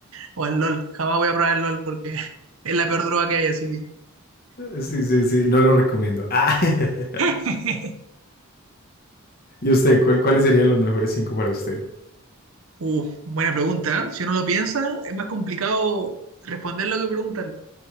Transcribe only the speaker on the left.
Eh, Sí, sí, sí, no lo recomiendo. Ah, <laughs>
¿y usted, cuál- cuáles serían los mejores cinco para usted?